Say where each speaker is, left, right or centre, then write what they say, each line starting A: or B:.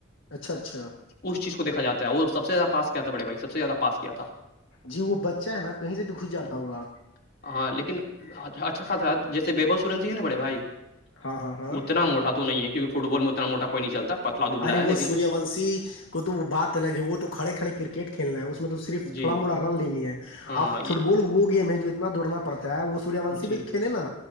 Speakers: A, on the left; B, on the left.
A: اچھا اچھا
B: اس چیز کو دیکھا جا ہے وہ سب زیادہ پا کیا تھا بڑے بھائی سب سے زیادہ پا کیا تھا
A: جی وہ بچہ ہے نا کہیں سے بھی گھس جاتا
B: ہ
A: ہوگا
B: ہاں لیکن اچھا خاصا ج بےبو سورنج ہی نا بڑے بھائی
A: ہاں ہاں ہاں
B: اتنا موٹا تو نہیں ہے کیونکہ فٹ بال میں اتنا موٹا کوئی نہیں چلتا پتلا دبلا
A: ارے
B: ہے لیکن
A: وہ سوریہ ونشی کو تو وہ بات الگ ہے وہ تو کڑے کھڑے کرکٹ کھیلنا ہے اس میں تو صرف
B: جی
A: تھوڑا موڑا رن لینی ہے
B: ہاں
A: اب
B: یہ
A: فٹ بال وہ گیم ہے جو اتنا دوڑنا پڑتا ہے وہ سوریہ ونش
B: جی
A: بھی کھیلے نا